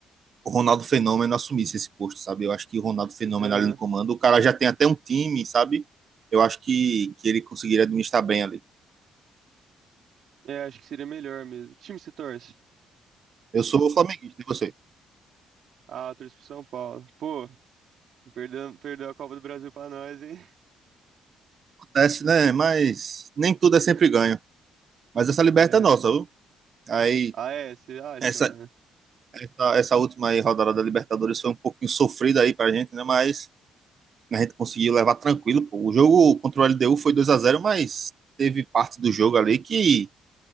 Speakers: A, on the right; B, on the right.
A: o Ronaldo Fenômeno assumisse esse posto, sabe? Eu acho que o Ronaldo Fenômeno
B: Aham.
A: ali no comando, o cara já tem até um time, sabe? Eu acho que, que ele conseguiria administrar bem ali.
B: É, acho que seria melhor mesmo. Que time você torce?
A: Eu sou flamenguista, e você?
B: Ah, eu torço pro São Paulo. Pô, perdeu, perdeu a Copa do Brasil pra nós, hein?
A: Acontece, né? Mas nem tudo é sempre
B: <laughs>
A: ganho. Mas essa liberta
B: É.
A: é nossa, viu? Aí,
B: Ah, é? Você acha,
A: essa,
B: mano?
A: essa, essa última aí, rodada da Libertadores foi um pouquinho sofrida aí pra gente, né? Mas A gente conseguiu levar tranquilo, pô. O jogo contra o LDU foi 2 a zero mas teve parte do jogo ali que,